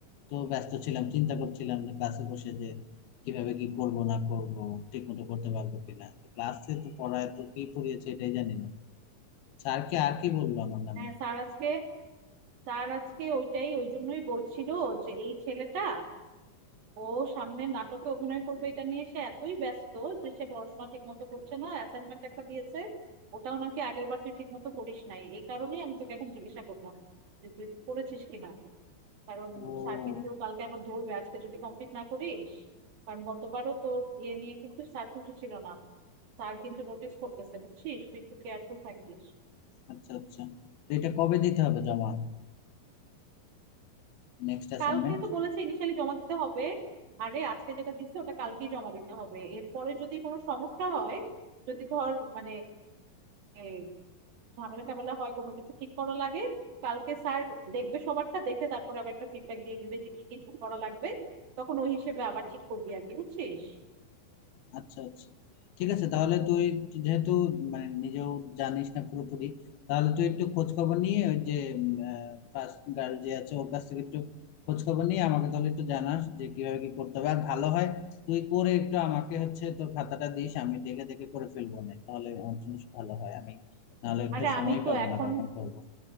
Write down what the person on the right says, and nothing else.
হ্যাঁ স্যার আজকে স্যার আজকে ওইটাই ওই জন্যই বলছিল যে এই ছেলেটা ও সামনে নাটকে অভিনয় করবে এটা নিয়ে সে এতই ব্যস্ত যে সে পড়াশোনা ঠিক মতো করছে না অ্যাসাইনমেন্ট একটা দিয়েছে ওটাও নাকি আগের বার তুই ঠিক মতো করিস নাই এই কারণেই আমি তোকে এখন জিজ্ঞাসা করলাম যে তুই করেছিস কিনা কারণ
স্যার কিন্তু কালকে আবার ধরবে আজকে যদি কমপ্লিট না করিস কারণ গতবারও তোর ইয়ে নিয়ে কিন্তু স্যার খুশি ছিল না স্যার কিন্তু নোটিস করতেছে বুঝছিস তুই একটু কেয়ারফুল থাকিস
কালকে তো বলেছে ইনিশিয়ালি জমা দিতে হবে আরে আজকে যেটা দিচ্ছে ওটা কালকেই জমা দিতে হবে এরপরে যদি কোনো সমস্যা হয় যদি ধর মানে এ, ঝামেলা টামেলা হয় কোনো কিছু ঠিক করা লাগে কালকে স্যার দেখবে সবারটা দেখে তারপরে আবার একটা ফিডব্যাক দিয়ে দিবে যে কি কি ঠিক করা লাগবে তখন ওই হিসেবে আবার ঠিক করবি আর কি বুঝছিস
আরে
আমি তো
এখন